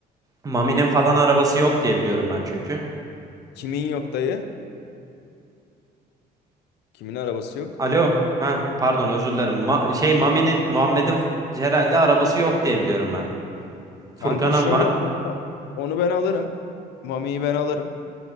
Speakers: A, on the right; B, on the left.
A: Mami'nin falan arabası yok diye biliyorum ben çünkü.
B: Kimin yok dayı? Kimin arabası yok?
A: Alo. Ha pardon özür dilerim. Ma- şey Mami'nin Muhammed'in herhalde arabası yok diye biliyorum ben. Furkan'ın
B: Kanka şöyle
A: var.
B: onu, onu ben alırım. Mami'yi ben alırım.